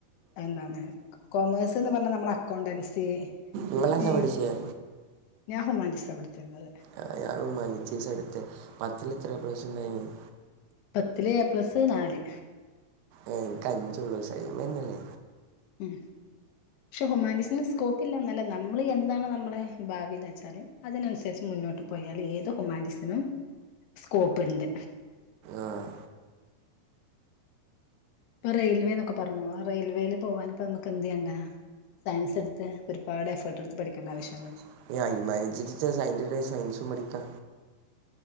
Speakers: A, on the left; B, on the right.
A: എന്താണ് കോമേഴ്സ് ന്ന് പറഞ്ഞാ നമ്മള അക്കൗണ്ടൻസി
B: നിങ്ങളെന്താ
A: ഈ
B: പഠിച്ചേ
A: ഞാൻ ഹുമാൻറ്റിസ പട് തിന്നത്
B: ആ ഞാൻ ഉമാനിറ്റിസ എടുത്തെ പത്തിലെത്ര എ പ്ലസ് ണ്ടായീന്ന്
A: പത്തില്ല് എ പ്ലസ് നാല്
B: ആ എനിക്ക് അഞ്ചോള്ളൂ സൈമന്നെണ്
A: ഉം പക്ഷെ ഹുമാനിറ്റീസിന് സ്കോപ്പ് ഇല്ലന്നല്ല നമ്മള് എന്താണ് നമ്മളെ ഭാവിന്ന് വെച്ചാല് അതിനനുസരിച്ച് മുന്നോട്ട് പോയാല് ഏത് ഹുമാനിറ്റീസിനും സ്കോപ്പ് ണ്ട്
B: ആഹ്
A: ഇപ്പൊ റെയിൽവേ ന്നൊക്കെ പറഞ്ഞു റെയിൽവേൽ പോവാനിപ്പോ നമുക്ക് എന്ത് ചെയ്യണ്ടാ സയൻസ് എടുത്ത് ഒരുപാട് എഫേർട്ട് എടുത്ത് പഠിക്കേണ്ട ആവശ്യ
B: <unintelligible> അയ്‌ന്റെ ടെ സയൻസും പഠിക്കാ